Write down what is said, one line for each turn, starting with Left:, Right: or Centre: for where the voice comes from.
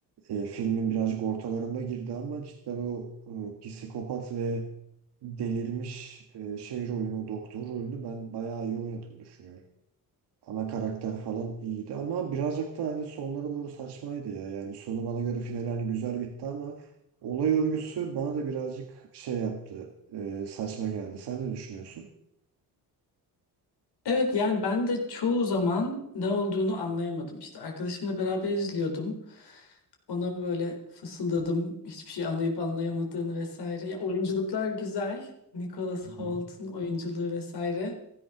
Right: e, filmin birazcık ortalarında girdi ama cidden o e, psikopat ve delirmiş e, şey rolünü, o doktor rolünü ben bayağı iyi oynadığını düşünüyorum. Ana karakter falan iyiydi ama birazcık da hani sonlara doğru saçmaydı ya. Yani sonu bana göre final hani güzel bitti ama olay örgüsü bana da birazcık şey yaptı. e, saçma geldi. Sen ne düşünüyorsun?
Left: Evet yani ben de çoğu zaman ne olduğunu anlayamadım işte. Arkadaşımla beraber izliyordum. Ona böyle fısıldadım hiçbir şey anlayıp anlayamadığını vesaire. Ya, oyunculuklar güzel. Nicholas
Right: Hı
Left: Holt'un
Right: hı.
Left: oyunculuğu vesaire.